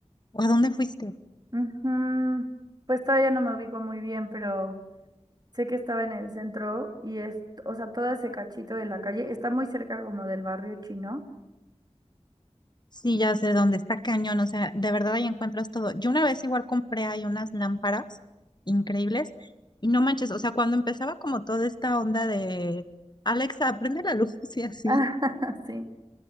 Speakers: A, on the left; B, on the right.
A: ¿O a dónde fuiste?
B: Ujú. Pues todavía no me ubico muy bien, pero... Sé que estaba en el centro y es, o sea, todo ese cachito de la calle está muy cerca como del barrio chino.
A: Sí,
B: Y,
A: ya
B: <laughs>
A: sé dónde está cañón, o sea, de verdad ahí encuentras todo. Yo una vez igual compré ahí unas lámparas increíbles y no manches, o sea, cuando empezaba como toda esta onda de Alexa, prende la luz <laughs> y así,
B: ah, sí.